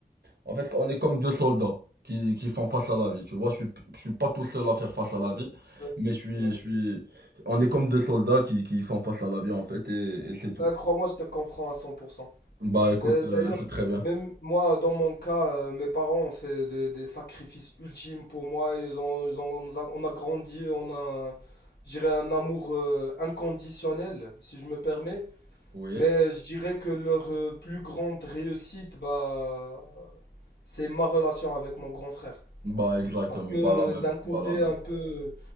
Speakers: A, on the right; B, on the left.
A: en fait, on est comme deux soldats qui, qui font face à la vie. Tu vois, je suis, je suis pas tout seul à faire face à la vie,
B: Ouais,
A: mais je suis,
B: ouais.
A: je suis, on est comme deux soldats qui, qui font face à la vie, en fait, et, et c'est tout.
B: Euh, crois-moi, je te comprends à 100%.
A: Bah, écoute,
B: Euh,
A: euh,
B: d'ailleurs,
A: c'est très bien.
B: même moi, dans mon cas, euh, mes parents ont fait des, des sacrifices ultimes pour moi. Ils ont, ils ont- on nous a, on a grandi, on a, je dirais, un amour euh, inconditionnel, si je me permets.
A: Oui.
B: Mais je dirais que leur euh, plus grande réussite, bah, c'est ma relation avec mon grand frère.
A: Bah, exactement.
B: Parce que euh,
A: Bah, la même.
B: d'un côté
A: Bah, la même.
B: un peu,